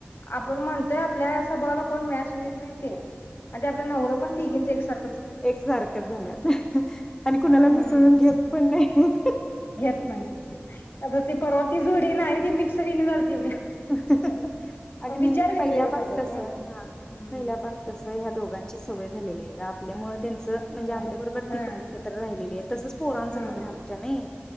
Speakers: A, on the left; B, on the left.
A: आपण म्हणतोय आपल्याच स्वभावाला कोण मॅच होईत नाय ते आणि ते आपल नवरं पण तिघींच एक सार
B: एक सारखचं झाल्यात आणि कुणाला
A: हम्म
B: मिसळून घेत पण नाहीत.
A: घेत नाय आता ती परवा ती जोडी नाही ती मिक्स तरी येईना झालंती एवढ्या
B: अग नाही
A: विचार वेगवेगळे
B: पहील्यापास
A: पडतात
B: कस
A: ग.
B: हा
A: हम्म
B: पहिल्यापास कस ह्या दोघांचीचं सवय झालेली हाय ग आप आपल्यामुळे त्यांच म्हणजे
A: होय
B: आपल्याबरोबर
A: हम्म
B: ती पण एकत्र राहिलेली तसच पोरांच
A: हम्म
B: पण आहे आमच्या नई